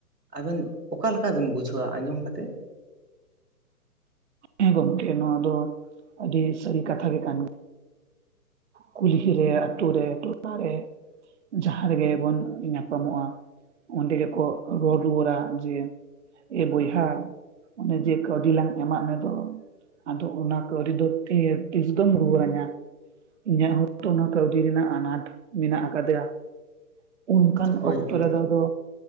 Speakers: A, on the right; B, on the right.
A: ᱟᱵᱮᱱ ᱚᱠᱟ ᱞᱮᱠᱟ ᱵᱮᱱ ᱵᱩᱡᱷᱟᱹᱣᱟ ᱟᱸᱡᱚᱢ ᱠᱟᱛᱮᱫ?
B: ᱦᱮᱸ ᱜᱚᱢᱠᱮ ᱱᱚᱣᱟ ᱫᱚ ᱟᱹᱰᱤ ᱥᱟᱹᱨᱤ ᱠᱟᱛᱷᱟ ᱜᱮ ᱠᱟᱱ ᱠᱩᱞᱦᱤ ᱨᱮ, ᱟᱛᱩ ᱨᱮ, ᱴᱚᱴᱟ ᱨᱮ ᱡᱟᱦᱟ ᱨᱮᱜᱮ ᱵᱚᱱ ᱧᱟᱯᱟᱢᱚᱜᱼᱟ ᱚᱰᱮ ᱜᱮᱠᱚ ᱨᱚᱨ ᱨᱩᱭᱟᱹᱲᱟ ᱡᱮ ᱮ ᱵᱚᱭᱦᱟ ᱚᱱᱮ ᱡᱮ ᱠᱟᱹᱣᱰᱤ ᱞᱟᱝ ᱮᱢᱟᱜ ᱢᱮᱫᱚ ᱟᱫᱚ ᱚᱱᱟ ᱠᱟᱹᱣᱰᱤ ᱫᱚ ᱛᱤᱨᱮ ᱛᱤᱥ ᱫᱚᱢ ᱨᱩᱣᱟᱹᱲᱟᱹᱧᱟ? ᱤᱧᱟᱹᱜ ᱦᱚᱛᱚ ᱚᱱᱟ ᱠᱟᱹᱣᱰᱤ ᱨᱮᱱᱟᱜ ᱟᱱᱟᱴ ᱢᱮᱱᱟᱜ ᱟᱠᱟᱫᱮᱭᱟᱺ ᱚᱱᱠᱟᱱ
A: ᱦᱳᱭ
B: ᱚᱠᱛᱚ
A: ᱦᱳᱭ
B: ᱨᱮᱫᱚ ᱟᱫᱚ